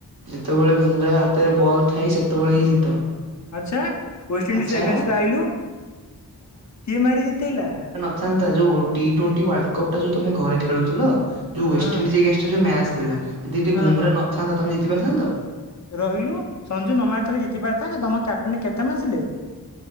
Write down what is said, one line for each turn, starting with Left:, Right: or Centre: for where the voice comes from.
Right: ଯେତବେଳେ ବୁମ୍ରା ହାତରେ ବଲ୍ ଥାଇ ସେତେବେଳେ ହିଁ ଜିତ।
Left: ଆଚ୍ଛା ୱେଷ୍ଟଇଣ୍ଡିଜ
Right: ଆଚ୍ଛା।
Left: ଏଗେନଷ୍ଟ ଆଇଲୁ କିଏ ମାରି ଜିତେଇଲା?
Right: ଆନ୍ତା ଯୋଉ ଟି ଟ୍ବଣ୍ଟି ୱାଲ୍ଡକପ୍ ଟା ଯୋଉ ତମେ ଘରେ ଖେଳୁଥୁଲ ଯୋଉ ୱେଷ୍ଟେଣ୍ଡିଜ୍
Left: ହଁ
Right: ଏଗେନଷ୍ଟ ରେ ଯୋଉ ମ୍ୟାଚ ଥିଲା <unintelligible>
Left: ହଁ
Right: ବୁମ୍ରା ନଥାନ୍ତା ତମେ ଜିତି ପାରିଥାନ୍ତ।
Left: ରହିଲୁ ସଞ୍ଜୁ ନ ମାରି ଥିଲେ ଜିତିପାରିଥାନ୍ତେ ତମ କ୍ୟାପ୍ଟେନ କେତେ ମାଆସିଲେ?